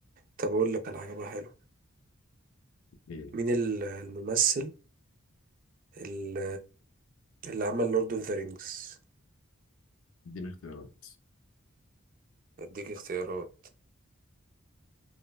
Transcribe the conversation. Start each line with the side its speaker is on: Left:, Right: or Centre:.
Right: طب أقول لك على حاجة بقى حلوة
Left: ايه
Right: مين ال- الممثل ال- اللي عمل لورد أوف ذا رينجز؟
Left: اديني اختيارات
Right: أديك اختيارات